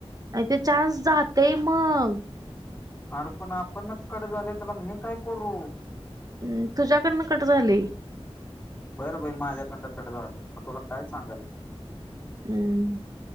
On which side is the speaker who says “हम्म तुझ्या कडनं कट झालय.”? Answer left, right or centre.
Right